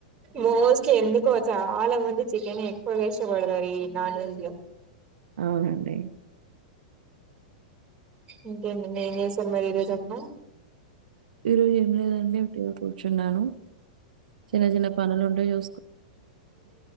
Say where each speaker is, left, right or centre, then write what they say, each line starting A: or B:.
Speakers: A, on the right; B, on the right.
A: మోస్ట్ ఎన్ని ఎక్కువ చాలా మంది చికెన్ ఎక్కువగా ఇష్టపడదారు ఈ నాన్ వెెజ్ లో
B: అవునండి
A: ఇంకేంటి ఏం చేశారు మరి ఈ రోజ అంత
B: ఈ రోజు ఏం లేదండి ఉట్టిగానే కూసున్న కూర్చున్నాను చిన్న చిన్న పనులు ఉంటే చూ